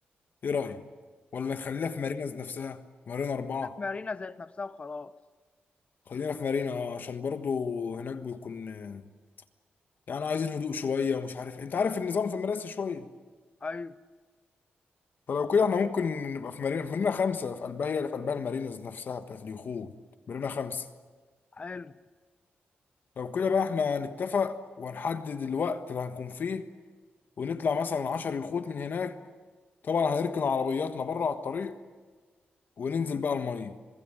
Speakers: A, on the left; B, on the left.
A: ايه رأيك؟ ولا نخليها في مارينا نفسها مارينا أربعة
B: لا في مارينا ذات نفسها وخلاص
A: خلينا في مارينا آه، عشان برضو هناك بيكون آه، يعني عايزين هدوء شوية ومش عارف انت عارف النظام في مراسي شوية
B: ايوه
A: فلو كده احنا ممكن نبقى في مارينا في مارينا خمسة في قلبها هي اللي في قلبها المارينز نفسها بتاعت اليخوت مارينا خمسة
B: حلو
A: لو كده بقى احنا نتفق ونحدد الوقت اللي هنكون فيه ونطلع مثلا عشر يخوت من هناك طبعا هنركن عربياتنا بره على الطريق وننزل بقى المية